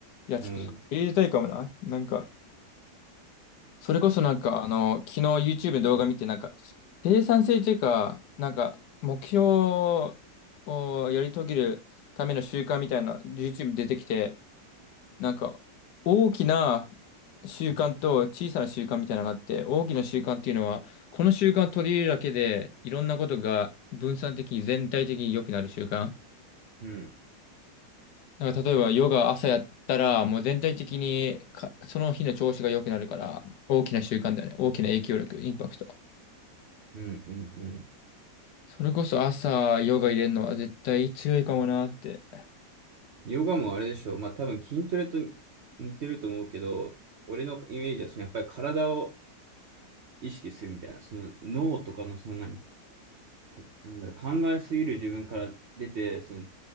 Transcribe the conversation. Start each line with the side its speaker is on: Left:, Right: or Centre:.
Left: いや、
Right: うん、
Left: ちょっと、入れたいかもな。なんか、それこそなんか、あの、昨日 YouTube で動画見て、なんか、生産性というか、なんか、目標をやり遂げるための習慣みたいな YouTube 出てきて、なんか、大きな習慣と小さな習慣みたいなのがあって、大きな習慣っていうのは、この習慣を取り入れるだけで、いろんなことが分散的に全体的に良くなる習慣。
Right: うん、
Left: なんか例えばヨガ朝やったら、もう全体的にか、その日の調子が良くなるから、大きな習慣だよね。大きな影響力、インパクト。
Right: うん、うん、うん。
Left: それこそ朝ヨガ入れるのは絶対強いかもなって。
Right: ヨガもあれでしょう。まあ多分筋トレと似てると思うけど、俺のイメージはそのやっぱり体を意識するみたいな、その脳とかのその何、たなんだろう、考えすぎる自分から出て、その